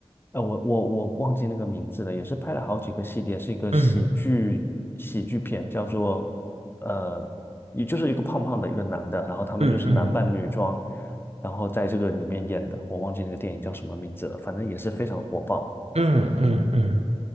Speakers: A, on the left (about 20°); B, on the right (about 65°).
A: 呃，我我我忘记那个名字了，也是拍了好几个系列，是一个喜剧喜剧片，
B: 嗯
A: 叫做。呃。也就是一个胖胖的一个男的，然后他们就是男扮女装，
B: 嗯嗯
A: 然后在这个里面演的，我忘记那个电影叫什么名字了，反正也是非常火爆。
B: 嗯嗯嗯，